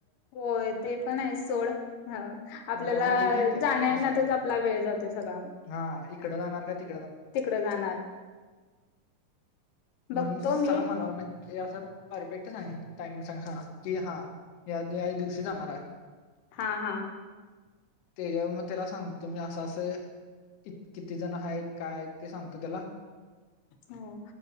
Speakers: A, on the left; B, on the left.
A: होय ते पण हाय सोड ह आपल्याला
B: मग त्यासाठी ते येतात
A: जाण्यायेण्यातच
B: असा
A: आपला वेळ ये जातय सगळ आण.
B: हा हिकडं जाणार का ती
A: तिकड जाणार
B: म्हणून
A: बघतो
B: सांग
A: मी
B: मला नक्क. ते असं परफेक्ट टायमिंग टाइमिंग सांग हा की हा या या दिवशी जाणार हाय.
A: हा हा
B: त्याच्या मग त्याला सांगतो मी असं असं कित-किती जण आहेत काय आहेत ते सांगतो त्याला
A: हो